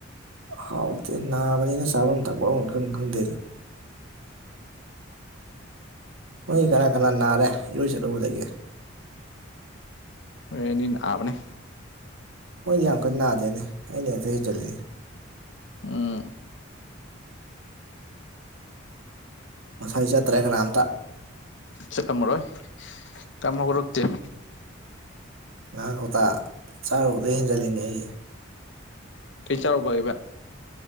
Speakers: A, on the right; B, on the left.
A: ꯍꯥꯎꯇꯦ ꯅꯥꯕꯅꯤꯅ ꯆꯥꯚꯝ ꯊꯛꯄꯝ ꯑꯃ ꯏꯈꯪ ꯈꯪꯗꯦꯗ꯫ ꯃꯤ ꯀꯅꯥ ꯀꯅꯥ ꯅꯥꯔꯦ ꯏꯔꯣꯏ ꯆꯠꯂꯨꯕꯗꯒꯤ꯫
B: ꯍꯣꯔꯦꯟꯗꯤ ꯅꯥꯕꯅꯦ꯫
A: ꯃꯣꯏꯗꯤ ꯌꯥꯝ ꯀꯟꯅ ꯅꯥꯗꯦꯅꯦ ꯑꯩꯅ ꯍꯦꯛꯇ ꯍꯦꯟꯖꯜꯂꯤꯅꯦ꯫
B: ꯎꯝ
A: ꯉꯁꯥꯏ ꯆꯠꯇ꯭ꯔꯦ ꯀꯅꯥꯝꯇ꯫
B: ꯆꯠꯂꯝꯃꯔꯣꯢ ꯀꯩꯝꯃ ꯎꯔꯛꯇꯦ꯫
A: ꯉꯥ ꯀꯧꯇꯥ ꯆꯥꯔꯨꯗꯩ ꯍꯦꯟꯖꯜꯂꯤꯅꯦ ꯑꯩ꯫
B: ꯀꯩ ꯆꯥꯎꯔꯨꯕ ꯑꯩꯕ꯫